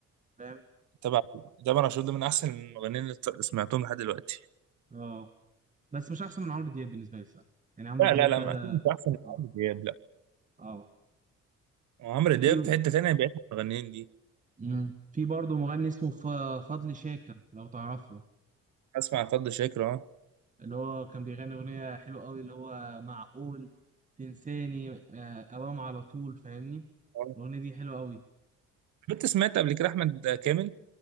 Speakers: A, on the right; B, on the right.
A: فاهم
B: طبعا طبعا عاشور ده من احسن المغنيين اللي ت- سمعتهم لحد دلوقتي
A: اه بس مش احسن من عمرو دياب بالنسبة لي الصراحة. يعني عمرو
B: لا
A: دياب
B: لا لا
A: ده
B: ما اكيد مش احسن من
A: اه
B: عمرو دياب لا
A: آه.
B: عمرو دياب
A: في
B: في حته تانيه بعيد عن المغنيين دي
A: مم. في برضه مغني اسمه ف- فضل شاكر لو تعرفه
B: اسمع فضل شاكر اه
A: اللي هو كان بيغني أغنية حلوة قوي اللي هو معقول تنساني آه، أوام على طول فاهمني
B: آه.
A: الأغنية دي حلوة قوي
B: كنت سمعت قبل كده احمد كامل